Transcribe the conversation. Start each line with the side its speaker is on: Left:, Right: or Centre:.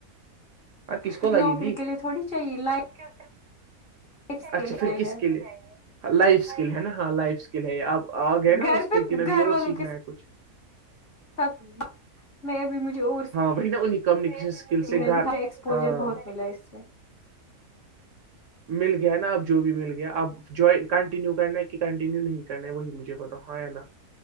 Right: ہاں کو
Left: صرف
Right: لگے
Left: نوکری
Right: گی
Left: کے لیے تھوڑی چاہیے لائف
Right: ے
Left: اسکل
Right: اچھا پھر کس
Left: ہے
Right: کے لیے لائف اسکل ہے نا ہاں لائفکل کل ہے آپ آ گئے نا
Left: گھر
Right: اسک
Left: پہ
Right: کن ابھی
Left: گھر
Right: اور
Left: والوں
Right: سیکھنا
Left: کے
Right: ہے کچھ
Left: ساتھ میں ابھی مجھے اور
Right: بھ نا انہیں کمیونکیشن اسکل سے
Left: نے
Right: گھر
Left: بھی ہر ایکسپوجر
Right: ہاں
Left: بہت ملا اس سے
Right: مل گیا نا اب جو بھی مل گ اب جو کنٹینیو کرنا ہے کہ کنٹینیو نہیں کرنا ہے وہی مجھے پتا ہاں یا نا